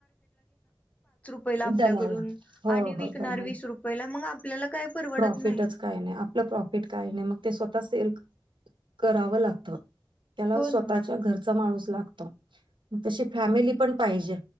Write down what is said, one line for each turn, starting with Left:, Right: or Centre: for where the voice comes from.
Left: म आपल्याड
Right: दलाल
Left: व
Right: हो हो दलाल
Left: व रुपला आपल्याला काय? परवडत
Right: प्रॉफिटच
Left: नाही
Right: काय नाही आपलं प्रॉफिट काय नाही मग ते स्वतः सेल करावं लागतं. त्याला
Left: हो
Right: स्वतःच्या
Left: न,
Right: घरचा माणूस लागतो तशी फॅमिली पण पाहिजे.